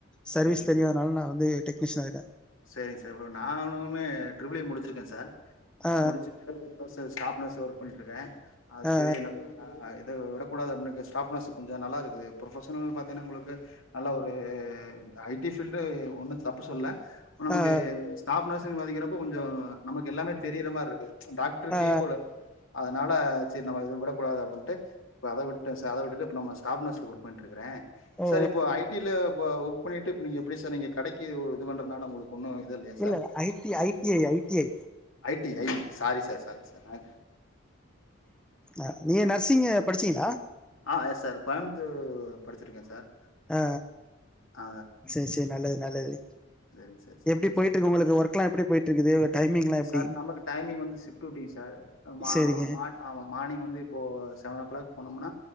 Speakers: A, in the centre; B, on the left.
A: சர்வீஸ்
B: சரிங்க
A: தெரியு அதனால நா வந்து டெக்னிஷியன் ஆயிர்வ
B: செரிங் சார் நான்னுமே ட்ரிபிள்இ முடிச்சிருக்கே சார்
A: ஆ
B: முடிச்சுட்டு <unintelligible> ஸ்டாப் நர்ஸ் ஒர்க் பண்ணிருக்கே அது
A: ஆ
B: சரி நம்ம ஆ இத உடக்கூடாது அப்னு இருக்கே ஸ்டாப் நர்ஸ் கொஞ்ச நல்லா இருக்குது ப்ரொபஷனல் பாத்தீங்கன்னா உங்களுக்கு நல்லா ஒரு ஐ டி பீல்டு ஒண்ணு தப்பு சொல்ல நமக்கு
A: ஆ ஆ
B: ஸ்டாஃப் நர்ஸ்ன் மதிக்கிறப்போ கொஞ்சோ நமக்கு எல்லாமே தெரியிர மார்ருக்குது டாக்ட்ருக்
A: ஆ
B: ஈக்குல அதனால சேர் நம்ம இத விடக்கூடாது அப்பன்ட்டு இப்ப அத விட்டுட்ட ச அத விட்டுட்டு நம்ம ஸ்டாப் நர்ஸ் ஒர்க் பண்ட்டுருக்குறே
A: ஓ
B: சார் இப்போ ஐ டி ல ஒர்க் பண்ணிட்டு இப்ப நீங்க எப்படி சார் நீங்க கடைக்கு இது பண்றதுனால உங்களுக் ஒண்ணு இது இல்லையா sir
A: இல்ல I T I T I I T I
B: I T I sorry sir sorry sir நா
A: அ நீங்க நர்சிங்கு படிச்சீங்களா
B: ஆ எஸ் சார் கோயம்புத்தூ படிச்சிருக்கே சார்
A: ஆ
B: ஆ
A: சேர் சேர் நல்லது நல்லது
B: செரிங் சார் செரிங்
A: எப்டி போயிட்டு
B: சார்
A: இருக்கு உங்களுக்கு ஒர்க்லா எப்டி போயிட்டு இருக்குது டைமிங்லா எப்டி
B: சார் நமக்கு டைமிங் வந்து ஷிப்ட் டூட்டி சார் மா
A: சரிங்க
B: மா ஆமா மார்னிங் வந்து இப்போ செவன் ஓ கிளாக் போனோம்னா